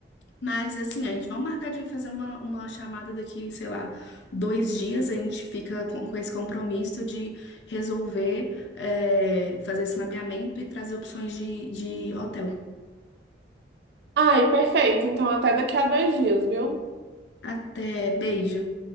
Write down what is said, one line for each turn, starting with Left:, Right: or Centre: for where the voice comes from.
Left: Mas assim, a gente vai marcar de fazer uma, uma chamada daqui, sei lá, dois dias, a gente fica com, com esse compromisso de resolver, é, fazer esse mapeamento e trazer opções de, de hotel.
Right: Ai, perfeito. Então, até daqui a dois dias, viu?
Left: Até, beijo.